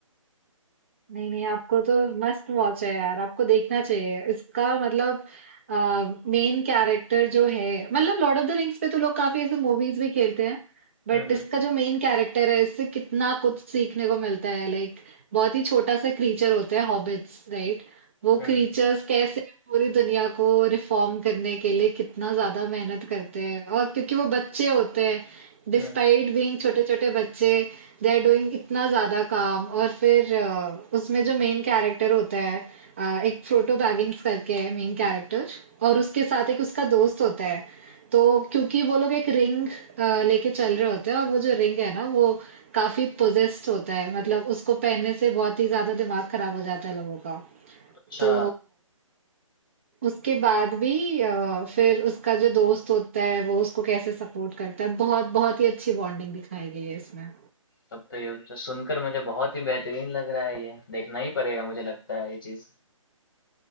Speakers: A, on the right; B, on the left.
A: नहीं नहीं आपको तो मस्त वॉच है यार आपको देखना चाहिए इसका मतलब मेन कैरेक्टर जो है मतलब लॉर्ड ऑफ द रिंग्स पे तो लोग काफी ऐसे मूवीज भी खेलते हैं बट
B: हम्म हम्म
A: इसका जो मेन कैरेक्टर है इससे कितना कुछ सीखने को मिलता है लाइक बहुत ही छोटा सा क्रीचर होता है हॉबिट्स राइट वो
B: हम्म
A: क्रीचर्स
B: हम्म
A: कैसे पूरी दुनिया को रिफॉर्म करने के लिए कितना ज्यादा मेहनत करते हैं और क्योंकि वो बच्चे होते हैं डिस्पाइट
B: हम्म, हम्म।
A: बीइंग छोटे-छोटे बच्चे दे आर डूइंग इतना ज़्यादा काम और फिर अ, उसमें जो मेन कैरेक्टर होता है अ, एक फ्रोटो बैगिंग्स करके है मेन कैरेक्टर और उसके साथ एक उसका दोस्त होता है तो क्योंकि वो लोग एक रिंग लेके चल रहे होते हैं और वो जो रिंग है ना वो काफी पोजेस्ड होता है मतलब उसको पहनने से बहुत ही ज्यादा दिमाग खराब हो जाता है लोगों का
B: अच्छा
A: तो उसके बाद भी अ, फिर उसका जो दोस्त होता है वो उसको कैसे सपोर्ट करता है बहुत बहुत ही अच्छी बॉन्डिंग दिखाई गई है इसमें
B: तब तो ये तो सुनकर मुझे बहुत ही बेहतरीन लग रहा है ये देखना ही पड़ेगा मुझे लगता है ये चीज